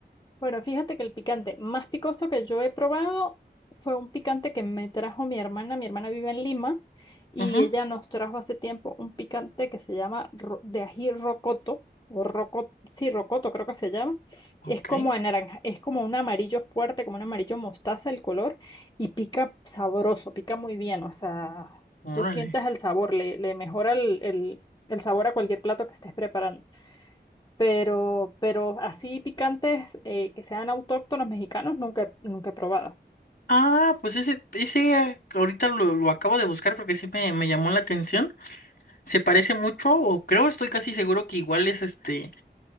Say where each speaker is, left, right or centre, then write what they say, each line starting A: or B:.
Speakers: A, on the left; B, on the left.
A: Bueno, fíjate que el picante más picoso que yo he probado fue un picante que me trajo mi hermana. Mi hermana vive en Lima y
B: Ujú,
A: ella nos trajo hace tiempo un picante que se llama ro- de ají rocoto o rocoto, sí, rocoto creo que se llama.
B: ok,
A: Es como de naranja, es como un amarillo fuerte, como un amarillo mostaza el color y pica sabroso, pica muy bien. O sea,
B: órale.
A: tú sientes el sabor, le, le mejora el, el el sabor a cualquier plato que estés preparando pero, pero así picantes eh, que sean autóctonos mexicanos nunca, nunca he probado.
B: Ah, pues ese, ese eh, ahorita lo, lo acabo de buscar porque sí me, me llamó la atención. Se parece mucho, o creo, estoy casi seguro que igual es este,